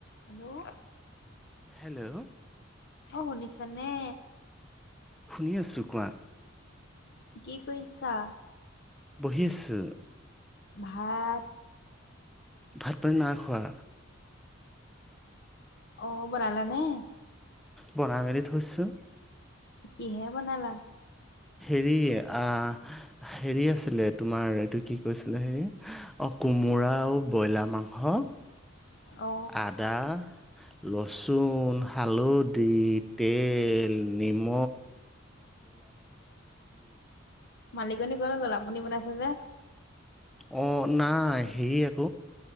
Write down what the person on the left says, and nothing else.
Hello,.
অ শুনিছানে।
কি কৰিছা।
ভাত
অ বনালা নে?
কিহে বনালা?
অ
মালিকনী কলে গ'ল আপুনি বনাইছে যে।